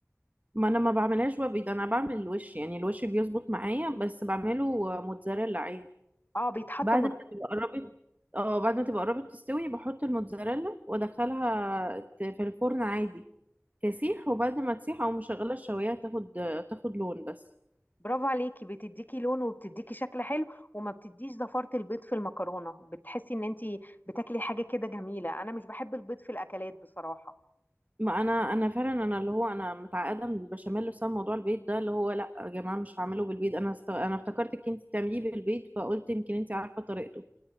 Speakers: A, on the right; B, on the left.
A: ما انا ما بعملهاش ببيض انا بعمل الوش يعني الوش بيظبط معايا بس بعمله موتزاريلا عادي
B: اه بيتحط
A: بعد ما تبقى قربت اه بعد ما تبقى قربت تستوي بحط الموتزاريلا وادخلها ت- في الفرن عادي تسيح وبعد ما تسيح او مشغله الشوايه تاخد تاخد لون بس
B: برافو عليكي بتديكي لون وبتديكي شكل حلو وما بتديش زفارة البيض في المكرونة بتحسي ان انتي بتاكلي حاجة كده جميلة انا مش بحب البيض في الاكلات بصراحة
A: ما انا انا فعلا انا اللي هو انا متعقده من البشاميل بسبب موضوع البيض ده اللي هو لا يا جماعه مش هعمله بالبيض انا است... انا افتكرتك انت بتعمليه بالبيض فقلت يمكن انت عارفه طريقته